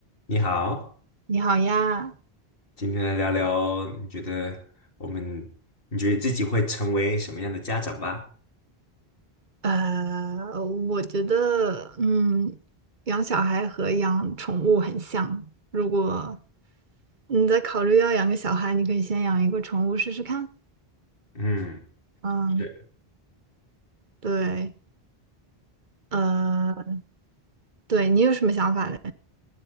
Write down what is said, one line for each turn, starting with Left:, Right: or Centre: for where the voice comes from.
Left: 你好，
Right: 你好呀，
Left: 今天来聊聊，你觉得我们，你觉得自己会成为什么样的家长吧？
Right: 呃，我觉得，嗯，养小孩和养宠物很像。如果你在考虑要养个小孩，你可以先养一个宠物试试看。
Left: 嗯
Right: 嗯，
Left: 是，
Right: 对，呃，对你有什么想法嘞？